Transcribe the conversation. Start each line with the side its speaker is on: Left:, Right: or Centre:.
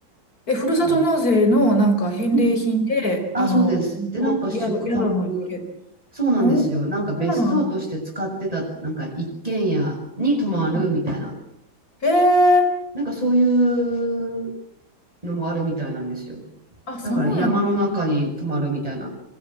Left: え、ふるさと納税のなんか返礼品で、
Right: あ、うん。あ、
Left: あの、
Right: そうです。で、
Left: お、
Right: なんか、
Left: 宿、
Right: 宿泊。
Left: 宿のけ、
Right: そうなんですよ。
Left: うんそんなのあるの
Right: なんか別荘として使ってた、なんか一軒家に泊まるみたいな、
Left: はい。へえー、
Right: なんかそういうのもあるみたいなんですよ。
Left: あ、そうなんですね。
Right: だから山の中に泊まるみたいな